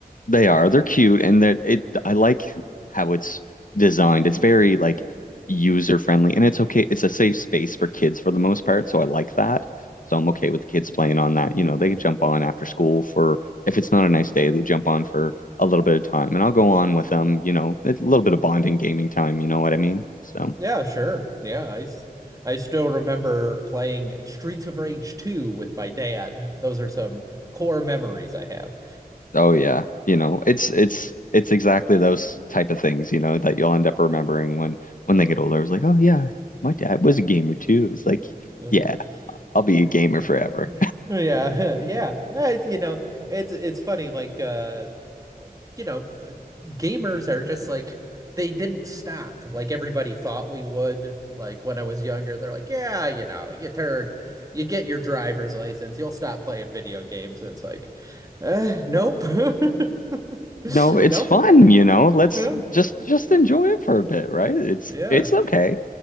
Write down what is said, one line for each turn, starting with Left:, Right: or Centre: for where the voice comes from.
Left: They are. They're cute, and that it. I like how it's designed. It's very like user friendly, and it's okay. It's a safe space for kids for the most part, so I like that. So I'm okay with the kids playing on that. You know, they can jump on after school for if it's not a nice day, they jump on for a little bit of time, and I'll go on with them. You know, a little bit of bonding gaming time. You know what I mean? So.
Right: Yeah, sure. Yeah, I, s- I still remember playing Streets of Rage 2 with my dad. Those are some core memories I have.
Left: Oh yeah, you know, it's it's it's exactly those type of things, you know, that you'll end up remembering when when they get older. It was like, oh yeah, my dad was
Right: <laughs>
Left: a gamer too. It's like,
Right: Yeah.
Left: yeah, I'll be
Right: <laughs>
Left: a gamer forever. <laughs>
Right: Yeah, <laughs> yeah. I- You know, it's it's funny. Like, uh, you know, gamers are just like they didn't stop like everybody thought we would. Like when I was younger, they're like, yeah, you know, you turn, you get your driver's license, you'll stop playing video games, and it's like, uh, nope, <laughs>
Left: No, it's
Right: nope,
Left: fun, you know. Let's
Right: yeah,
Left: just just enjoy it for a bit, right? It's
Right: yeah.
Left: it's okay.